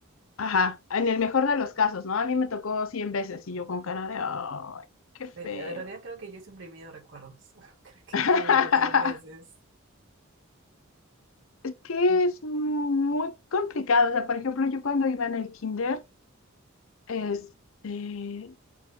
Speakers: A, on the left (about 70°); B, on the right (about 60°).
A: ajá. En el mejor de los casos, ¿no? A mí me tocó 100 veces y yo con cara de, ay, qué feo.
B: Eh, En realidad creo que yo he suprimido recuerdos. <laughs> Creo que
A: <laughs>
B: también eran 100 veces.
A: Es que
B: Mm,
A: es muy complicado. O sea, por ejemplo, yo cuando iba en el kinder, este,